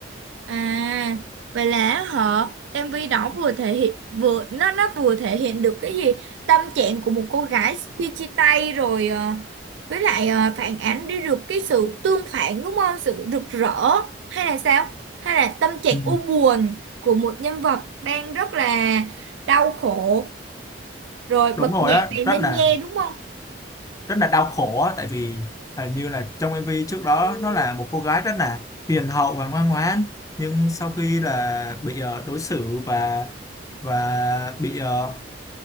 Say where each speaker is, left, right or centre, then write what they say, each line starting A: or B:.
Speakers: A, on the right; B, on the left.
A: À, vậy là họ MV đó vừa thể hiện vừa nó nó vừa thể hiện được cái gì tâm trạng của một cô gái khi chia tay rồi ờ, với lại ờ, phản ánh đi được cái sự tương phản đúng không? Sự rực rỡ hay là sao? Hay là tâm trạng
B: Ừ.
A: u buồn của một nhân vật đang rất là đau khổ rồi
B: Đúng
A: bật
B: rồi
A: nhạc
B: á,
A: này nên
B: rất là
A: nghe đúng không?
B: rất là đau khổ á tại vì hình như là trong MV trước đó nó là một cô gái rất là hiền hậu và ngoan ngoãn nhưng sau khi là bị ờ, đối xử và và bị ờ,